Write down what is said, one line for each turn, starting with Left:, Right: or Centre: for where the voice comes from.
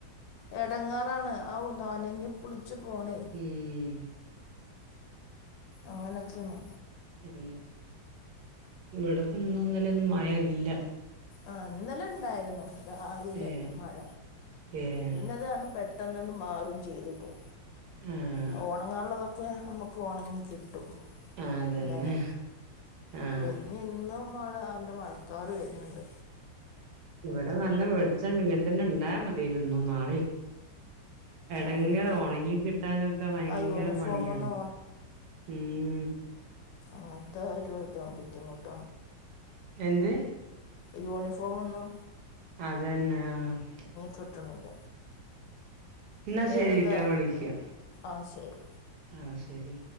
Left: എടങ്ങാറാണ് ഔ നനഞ്ഞു കുളിച്ചു പോണേ
Right: ഉം
Left: അങ്ങനെയൊക്കെണ്
Right: ഉം ഇവിടെപ്പോ ഇന്നും ഇന്നലെ ഒന്നും മഴ ഇല്ല
Left: ആഹ് ഇന്നലെ ഇണ്ടായിരുന്നു രാവിലെ
Right: ഏഹ്
Left: മഴ
Right: ഏഹ്
Left: പിന്നെതാണ് പെ ട്ടന്നണ്ട് മാറും ചെയ്തുട്ടോ
Right: ഉം
Left: ആഹ് ഒണങ്ങാള്ളതൊക്കെ നമുക്ക് ഓണങ്ങി കിട്ടും
Right: ആഹ് അതന്നെ
Left: ന്നലെ
Right: ആഹ്
Left: ഇപ്പോ ഇനി ഇന്നും മഴ നല്ല മഴക്കാറ് വര്ണ്ട്
Right: ഇവിടെ നല്ല വെളിച്ചണ്ട് ഇങ്ങൻ തന്നെ ഉണ്ടായാ മതിയന്നു ഇന്നും നാളെയും എടങ്ങറ്
Left: അവർക്ക്
Right: ഒണങ്ങി കിട്ടാനൊക്കെ ഭയങ്കര
Left: ആ യൂണിഫോം
Right: പണിയാണ്
Left: ഒന്നും
Right: ഉം
Left: അതൊരു ഇത ബുദ്ധിമുട്ട
Right: എന്ത്?
Left: യൂനിഫോന്നു
Right: അതന്നെ ആഹ്
Left: കിട്ടണില്ല
Right: ന്നാ
Left: വേറെന്താ
Right: ശരിയിട്ടോ ഞാൻ വിളിക്ക
Left: ആശയം
Right: ആഹ് ശരി